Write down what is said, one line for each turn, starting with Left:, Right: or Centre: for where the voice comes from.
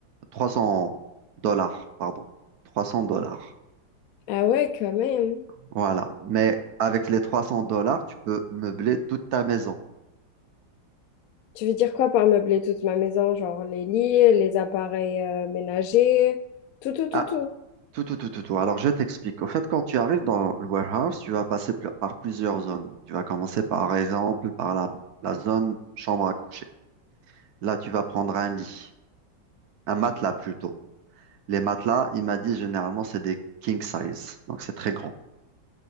Right: trois cents dollars, pardon. trois cents dollars.
Left: Ah ouais, quand même.
Right: Voilà. Mais avec les 300 dollars, tu peux meubler toute ta maison.
Left: Tu veux dire quoi par meubler toute ma maison? Genre les lits, les appareils euh, ménagers, tout, tout, tout,
Right: Ah,
Left: tout.
Right: tout, tout, tout, tout, tout. Alors, je t'explique. Au fait, quand tu arrives dans le warehouse, tu vas passer pl- par plusieurs zones. Tu vas commencer par exemple par la, la zone chambre à coucher. Là, tu vas prendre un lit, un matelas plutôt. Les matelas, il m'a dit généralement, c'est des king size. Donc, c'est très grand.